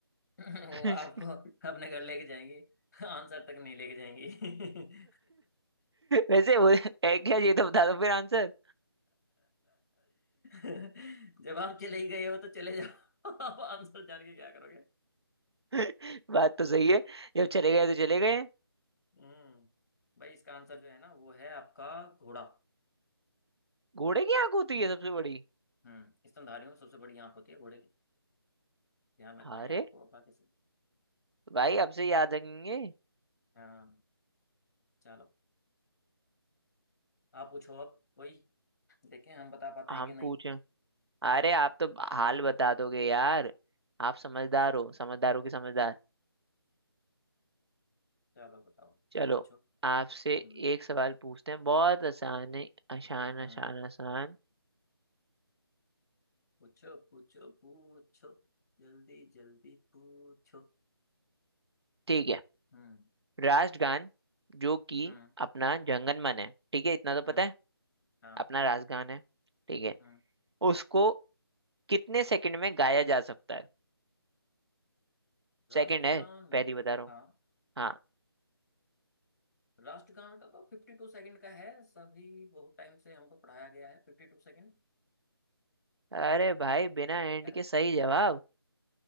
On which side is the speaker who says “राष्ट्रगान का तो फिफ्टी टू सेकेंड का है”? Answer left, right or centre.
Left